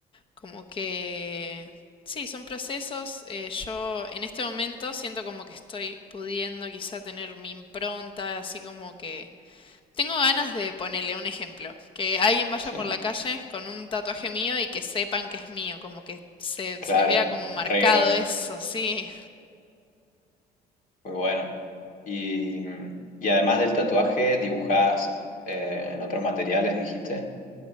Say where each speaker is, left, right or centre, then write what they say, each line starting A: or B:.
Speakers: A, on the left (about 30°); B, on the left (about 55°).
A: Como que... Sí, son procesos. eh, yo en este momento siento como que estoy pudiendo quizá tener mi impronta, así como que... Tengo ganas de ponerle un ejemplo, que alguien vaya
B: Sí,
A: por la calle con un tatuaje mío y que sepan que es mío, como que se,
B: claro,
A: se vea como marcado
B: re grosso,
A: eso, sí.
B: muy bueno. Y, y además del tatuaje, dibujás eh, en otros materiales, dijiste.